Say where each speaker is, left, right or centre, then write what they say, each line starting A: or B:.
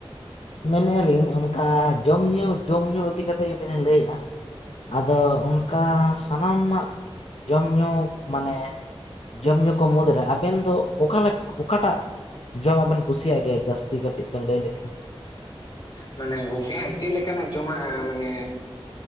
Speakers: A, on the left; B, on the left.
A: ᱢᱮᱱᱮᱜᱼᱟ ᱞᱤᱧ ᱚᱱᱠᱟ ᱡᱚᱢ ᱧᱩ ᱡᱚᱢ ᱧᱩ ᱤᱫᱤ ᱠᱟᱛᱮ ᱡᱩᱫᱤ ᱞᱤᱧ ᱞᱟᱹᱭᱮᱜᱼᱟ ᱟᱫᱚ ᱚᱱᱠᱟ ᱥᱟᱱᱟᱢᱟᱜ ᱡᱚᱢ ᱧᱩ ᱢᱟᱱᱮ ᱡᱚᱢ ᱧᱩ ᱠᱚ ᱢᱩᱫᱽᱨᱮ ᱟᱵᱮᱱ ᱫᱚ ᱚᱠᱟ ᱞᱮ ᱚᱠᱟᱴᱟᱜ ᱡᱚᱢᱟᱜ ᱵᱮᱱ ᱠᱩᱥᱤᱭᱟᱜ ᱜᱮᱭᱟ ᱡᱟᱹᱥᱛᱤ? ᱠᱟᱹᱴᱤᱡ ᱵᱮᱱ ᱞᱟᱹᱭ ᱞᱮᱠᱷᱟᱱ
B: ᱢᱟᱱᱮ ᱜᱚᱢᱠᱮ ᱦᱟᱸᱜ ᱪᱮᱫ ᱞᱮᱠᱟᱱᱟᱜ ᱡᱚᱢᱟᱜ? ᱢᱟᱱᱮ